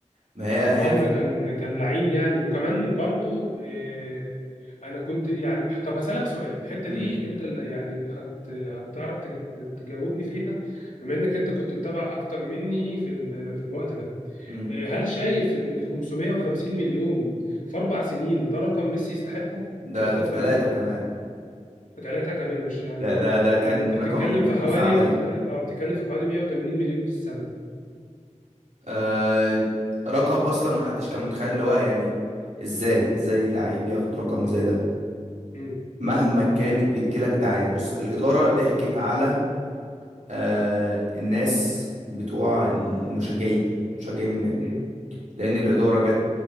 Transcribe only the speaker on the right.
ما هي
هي الف...
م-
م.
ده
ده في ثلاثة
كمان
ده ده ده كان
رقم
خزعبلي
آه رقم اصلا ما حدش كان متخيل اللي هو يعني ازاي ازاي لعيب ياخد رقم زي ده
مهما كانت بتجيلك دعاية بص الإدارة ضحكت على آه الناس بتوع المشجعين مشجعين النادي
لان الاداره جت